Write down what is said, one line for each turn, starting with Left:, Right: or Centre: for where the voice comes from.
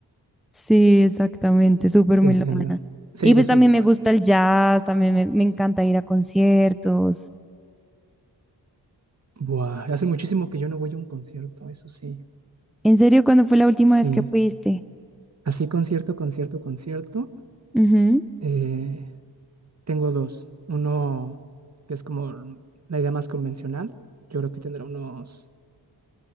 Centre: sí, exactamente, súper
Right: te
Centre: melómana.
Right: entiendo. Sí,
Centre: Y pues
Right: yo soy
Centre: también
Right: igual.
Centre: me gusta el jazz, también me, me encanta ir a conciertos.
Right: Buah, hace muchísimo que yo no voy a un concierto, eso sí.
Centre: ¿En serio cuándo fue la última
Right: Sí,
Centre: vez que fuiste?
Right: así concierto, concierto, concierto.
Centre: Ujú.
Right: eh, tengo dos. Uno que es como la idea más convencional. Yo creo que tendrá unos